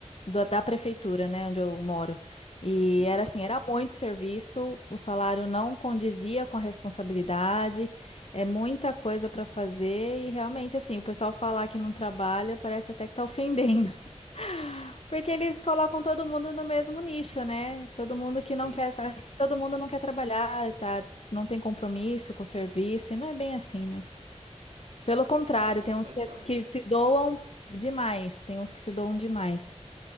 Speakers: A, on the left (about 55°); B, on the right (about 80°).
A: da da prefeitura, né, onde eu moro. E
B: Uhum.
A: era assim, era muito serviço, o salário não condizia com a responsabilidade, é muita coisa para fazer e realmente assim, o pessoal falar que não trabalha parece até que tá ofendendo. <laughs> Porque eles colocam todo mundo no mesmo nicho, né? Todo mundo que
B: Sim,
A: não quer, tra- todo mundo não quer trabalhar, tá? Não tem compromisso com o serviço, e não é bem assim, né? Pelo contrário,
B: é, mas
A: tem uns
B: faz
A: que,
B: parte.
A: que se doam demais. Tem uns que se doam demais.